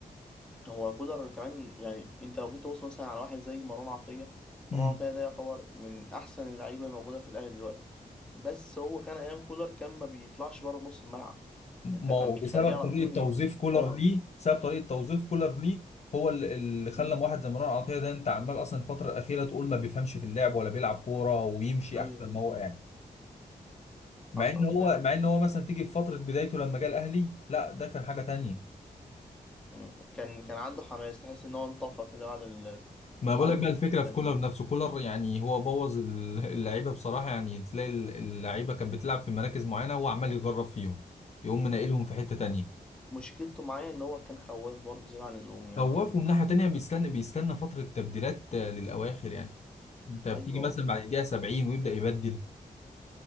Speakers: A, in the centre; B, on the left.
A: هو كولر كمان يعني انت لو جيت تبص مثلا على واحد زي مروان عطية
B: امم
A: مروان عطية ده يعتبر من احسن اللعيبة الموجودة في الاهلي دلوقتي بس هو كان ايام كولر كان ما بيطلعش بره نص الملعب
B: ما
A: انت كان
B: هو
A: بيخليه
B: بسبب
A: على
B: طريقه
A: طول
B: توظيف كولر
A: ورا
B: ليه بسبب طريقه توظيف كولر ليه هو اللي اللي خلى
A: مم.
B: واحد زي مروان عطيه ده انت عمال اصلا الفتره الاخيره تقول ما بيفهمش في اللعب ولا بيلعب كوره ويمشي
A: ايوه
B: احسن
A: بالظبط
B: ما هو قاعد
A: حصل
B: مع ان هو
A: فعلا
B: مع ان هو مثلا تيجي في فتره بدايته لما جه الاهلي لا ده كان حاجه تانية
A: مم. كان كان عنده حماس تحس ان هو انطفى كده بعد ال...
B: ما
A: بعد
B: بقول لك
A: البطولة
B: بقى الفكره في
A: كان-
B: كولر نفسه كولر يعني هو بوظ ال- اللعيبه بصراحه يعني تلاقي ال- اللعيبه كانت بتلعب في مراكز معينه هو عمال يجرب فيهم يقوم منقلهم في حته تانية
A: مشكلته معايا ان هو كان خواف برضه زيادة عن اللزوم يعني
B: خوفهم
A: كان
B: ناحيه تانية بيستنى بيستنى فتره تبديلات آه، للاواخر يعني انت بتيجي
A: ايوه
B: مثلا
A: بالظبط
B: بعد دقيقه 70 ويبدا يبدل